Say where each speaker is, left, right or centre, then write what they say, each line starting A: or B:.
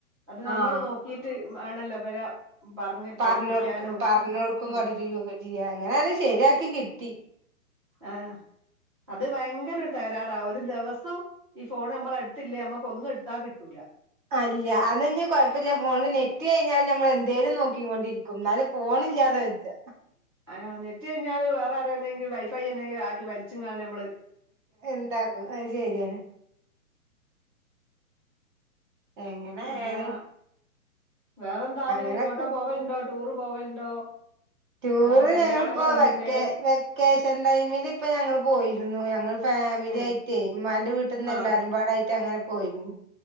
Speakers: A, on the right; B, on the right.
A: അത് നമ്മള്
B: ആഹ്
A: നോക്കീട്ട് വേണല്ലോ ഇവരെ പറഞ്ഞ്
B: പറഞ്ഞൊട്ക്കും
A: പഠിപ്പിക്കാനും
B: പറഞ്ഞ് കൊട്ക്കും
A: ആ
B: പഠിപ്പിച്ചൊക്കെ ചെയ്യാ അങ്ങനെ അത് ശെരിയാക്കി കിട്ടി
A: ആഹ് അത് ഭയങ്കര തകരാറാ ഒരു ദിവസവും ഈ ഫോൺ അമ്മളെ എടുത്തില്ലേ അമ്മക്ക് ഒന്നും ഇടുത്താ കിട്ടൂല
B: അല്ല അത് ഇഞ് കൊഴപ്പല്ല ഫോണില് നെറ്റ് കഴിഞ്ഞാൽ നമ്മൾ എന്തേലും നോക്കിക്കൊണ്ടിരിക്കും ഇന്നാലും ഫോണില്ലാതെ വെജ്ജാ
A: ആ നെറ്റ് കഴിഞ്ഞാലും വേറെ ആരേന്നേങ്കും വൈഫൈ എന്തെങ്കിലും ആക്കി വലിച്ചും കാണും ഞമ്മള്
B: എന്താക്കും അത് ശരിയാണ്. എങ്ങനെ
A: പിന്നെ
B: ആയാലും
A: വേറെന്താണ്
B: അങ്ങനൊക്കെ
A: എങ്ങോട്ടോ പോവലുണ്ടോ ടൂറ് പോവലുണ്ടോ?
B: ടൂറ്
A: ഏഹ് കല്യാണങ്ങളൊന്നുല്ലേ
B: ഞങ്ങളിപ്പോ വെക്കേ വെക്കേഷൻ ടൈമില് ഇപ്പ ഞങ്ങൾ പോയിരുന്നു ഞങ്ങള് ഫാമിലി
A: ഏഹ്
B: ആയിട്ടേ ഇമ്മാന്റെ വീട്ടിന്ന്
A: ആഹ്
B: എല്ലാരുംപാടായിട്ട് അങ്ങനെ പോയിരുന്നു